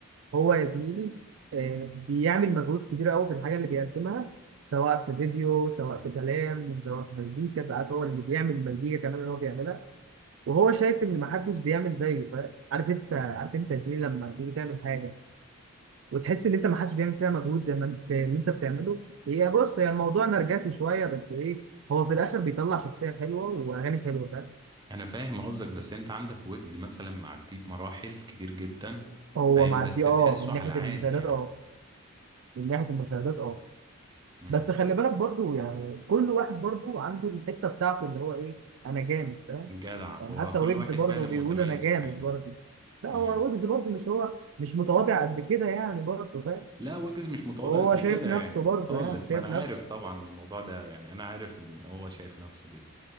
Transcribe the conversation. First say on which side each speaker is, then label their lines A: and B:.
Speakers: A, on the right; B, on the right.
A: هو يا زميلي آه، بيعمل مجهود كبير قوي في الحاجه اللي بيقدمها سواء في فيديو سواء في كلام سواء في مزيكا ساعات هو اللي بيعمل مزيكا كمان اللي هو بيعملها وهو شايف ان محدش بيعمل زيه فاهم عارف انت عارف انت يا زميلي لما تيجي تعمل حاجه وتحس ان انت محدش بيعمل فيها مجهود زي ما انت اللي انت بتعمله هي بص هي الموضوع نرجسي شويه بس ايه هو في الاخر بيطلع شخصيه حلوه واغاني حلوه فاهم
B: انا فاهم قصدك بس انت عندك ويجز مثلا معديه بمراحل كتير جدا
A: هو
B: فاهم
A: معدي
B: بس تحسه
A: اه من
B: على
A: ناحيه
B: عادي
A: المشاهدات
B: يعني
A: اه من ناحيه المشاهدات اه
B: امم
A: بس خلي بالك برضو يعني كل واحد برضو عنده الحته بتاعته اللي هو ايه انا جامد فاهم
B: جدع هو
A: يعني حتى
B: كل
A: ويجز
B: واحد
A: برضو
B: فعلا
A: بيقول
B: متميز
A: انا جامد
B: في حاجة
A: برضو لا هو
B: امم
A: ويجز برضو مش هو مش متواضع قد كده يعني برضو فاهم
B: لا ويجز مش متواضع
A: هو
B: قد
A: شايف
B: كده
A: نفسه
B: يعني
A: برضو
B: خالص
A: يعني شايف
B: ما انا عارف
A: نفسه
B: طبعا الموضوع ده يعني انا عارف ان هو شايف نفسه جدا